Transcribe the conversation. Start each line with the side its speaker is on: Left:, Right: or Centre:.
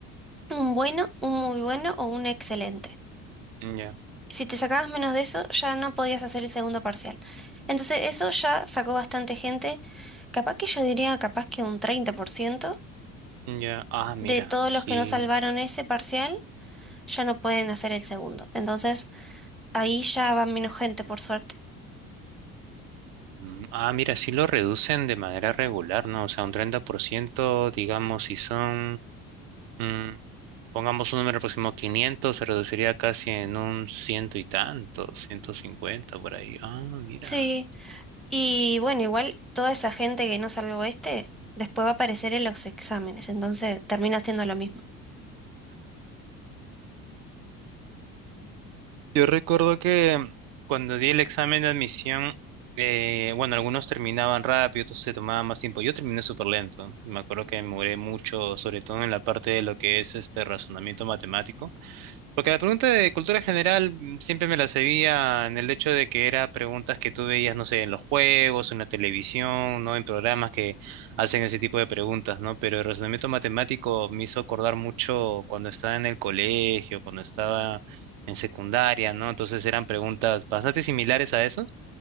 Centre: un bueno, un muy bueno o un excelente.
Right: ujú, Ya,
Centre: si te sacabas menos de eso, ya no podías hacer el segundo parcial. Entonces, eso ya sacó bastante gente, capaz que yo diría, capaz que un 30%
Right: ya, ah, mira,
Centre: de todos
Right: sí.
Centre: los que no salvaron ese parcial ya no pueden hacer el segundo. Entonces, ahí ya va menos gente, por suerte.
Right: Mm, Ah, mira, sí lo reducen de manera regular, ¿no? O sea, un 30%, digamos, si son, mm, pongamos un número próximo 500, se reduciría casi en un ciento y tanto, 150 por ahí. Ah, mira.
Centre: Sí, y bueno, igual toda esa gente que no salvó este, después va a aparecer en los exámenes, entonces termina siendo lo mismo.
Right: Yo recuerdo que cuando di el examen de admisión, eh, bueno, algunos terminaban rápido, otros se tomaban más tiempo. Yo terminé súper lento. Me acuerdo que me demoré mucho, sobre todo en la parte de lo que es este razonamiento matemático. Porque la pregunta de cultura general mm, siempre me la sabía en el hecho de que era preguntas que tú veías, no sé, en los juegos, en la televisión, ¿no? En programas que hacen ese tipo de preguntas, ¿no? Pero el razonamiento matemático me hizo acordar mucho cuando estaba en el colegio, cuando estaba en secundaria, ¿no? Entonces eran preguntas bastante similares a eso.